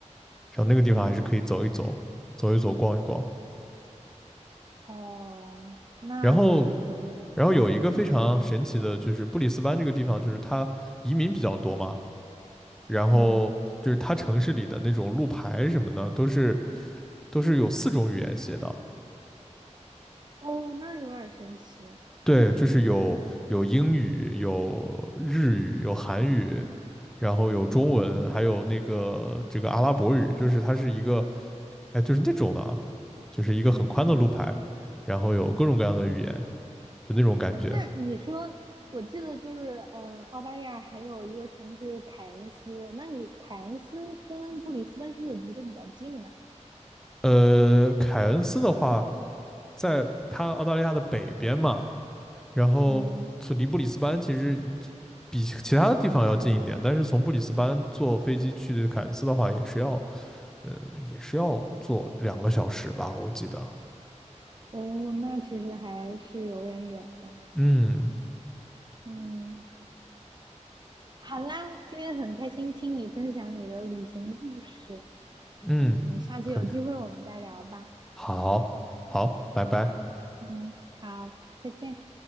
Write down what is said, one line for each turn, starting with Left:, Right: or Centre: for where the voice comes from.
Centre: 然后那个地方还是可以走一走，
Right: 嗯。
Centre: 走一走，逛一逛。
Right: 哦，那还是可以的。
Centre: 然后，然后有一个非常神奇的，
Right: 嗯，
Centre: 就是布里斯班这个地方，就是它移民比较多嘛，然后就是它城市里的那种路牌什么的，
Right: 嗯
Centre: 都是都是有四种语言写的。
Right: 哦，那有点神奇。
Centre: 对，就是有有英语，有有韩语，然后有中文，还有那个这个阿拉伯语，就是它是一个，哎，就是那种的啊，就是一个很宽的路牌，
Right: 嗯，
Centre: 然后有各种各样的语言，就那种感觉。
Right: 那你说，我记得就是，嗯，澳大利亚还有一个城市凯恩斯，那你凯恩斯跟布里斯班是不是离得比较近啊？
Centre: 呃，凯恩斯的话，在它澳大利亚的北边嘛，然后从离布里斯班其实
Right: 嗯
Centre: 比其他的地方要近一点，但是从布里斯班坐飞机去凯恩斯的话，也是要呃也是要坐两个小时吧，我记得。
Right: 哦，那其实还是有点远的。
Centre: 嗯
Right: 嗯好啦，今天很开心听你分享你的旅行故事。
Centre: 嗯，
Right: 嗯，下次有机会我们再聊吧。
Centre: 很开。好，好，拜拜。
Right: 嗯，好，再见。